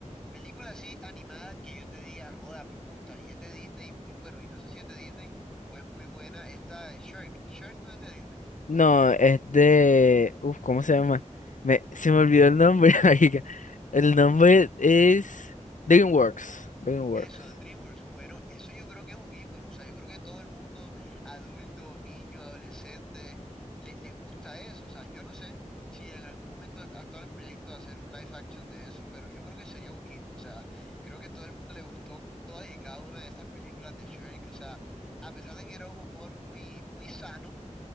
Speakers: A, in the centre; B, on the left (about 80°).
A: película así animada que yo te diga, joda, me gusta, y es de Disney, y muy, bueno, y no sé si es de Disney o es muy buena, esta de Shrek. Shrek no es de Disney.
B: No, es de... Uf, ¿cómo se llama? Me... Se me olvidó el nombre, <laughs> marica. El nombre es... DreamWorks. DreamWorks.
A: Eso, DreamWorks. Bueno, eso yo creo que es un icono. O sea, yo creo que todo el mundo, adulto, niño, adolescente, le, le gusta eso. O sea, yo no sé si en algún momento ha estado el proyecto de hacer un live action de eso, pero yo creo que sería un hit. O sea, creo que todo el mundo le gustó todas y cada una de estas películas de Shrek. O sea, a pesar de que era un humor muy, muy sano